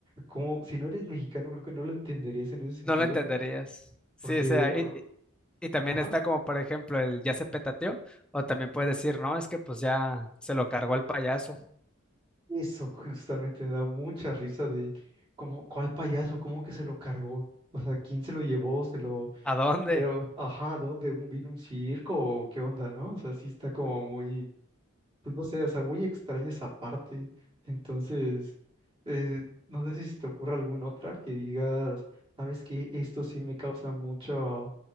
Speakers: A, on the right (about 25°); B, in the centre.
A: como, si no eres mexicano, creo que no lo entenderías en ese sentido,
B: No lo entenderías. Sí,
A: porque,
B: o sea,
A: o-
B: i- Y también
A: ajá.
B: está como, por ejemplo, el ya se petateó, o también puedes decir, no, es que pues ya se lo cargó el payaso.
A: Eso justamente me da mucha risa de cómo, ¿cuál payaso? ¿Cómo que se lo cargó? O sea, ¿quién se lo llevó? Se lo,
B: ¿A dónde?
A: pero, ajá, ¿dónde? ¿Un vino un circo? ¿O qué onda, no? O sea, sí está como muy, pues no sé, o sea, muy extraña esa parte. Entonces, eh, no sé si se te ocurre alguna otra que digas, sabes que esto sí me causa mucho,